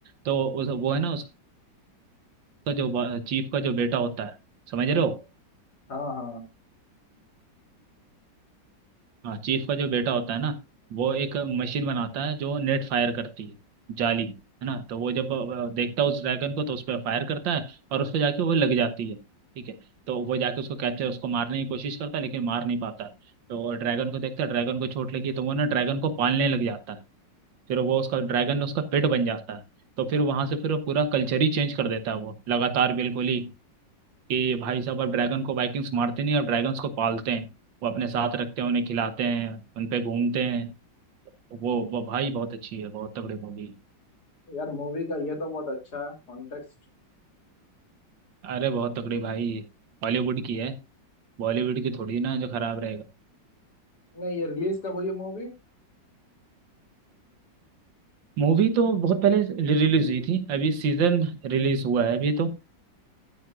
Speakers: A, on the right; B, on the left.
A: तो उस, वो है ना उसका जो चीफ का जो बेटा होता है समझ रहे हो
B: हाँ हाँ
A: हाँ चीफ का जो बेटा होता है ना वो एक मशीन बनाता है जो नेट फायर करती है जाली है ना तो वो जब अ, देखता है उस ड्रैगन को तो उस पर फायर करता है और उस पर जाके वो लग जाती है ठीक है तो वो जाके उसको कैप्चर उसको मारने की कोशिश करता है लेकिन मार नहीं पाता है तो ड्रैगन को देखता है ड्रैगन को चोट लगी तो वो ना ड्रैगन को पालने लग जाता है फिर वो उसका ड्रैगन उसका पेट बन जाता है तो फिर वहां से फिर वो पूरा कल्चर ही चेंज कर देता है वो लगातार बिल्कुल ही कि भाई साहब अब ड्रैगन को वाइकिंग्स मारते नहीं अब ड्रैगन्स को पालते हैं वो अपने साथ रखते हैं उन्हें खिलाते हैं उन पे घूमते हैं वो वो भाई बहुत अच्छी है बहुत तगड़ी मूवी
B: यार मूवी का ये तो बहुत अच्छा है कॉन्टेक्स्ट
A: अरे बहुत तगड़ी भाई हॉलीवुड की है बॉलीवुड की थोड़ी ना जो खराब रहेगा
B: नहीं ये रिलीज कब हुई है मूवी
A: मूवी तो बहुत पहले रिलीज हुई थी अभी सीजन रिलीज हुआ है अभी तो